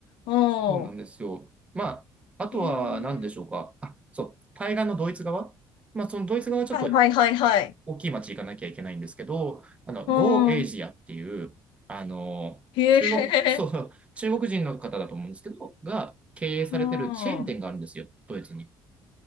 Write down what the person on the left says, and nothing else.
うん。
へえ。
はいはいはいはい。
うん。
へえ。
うん。う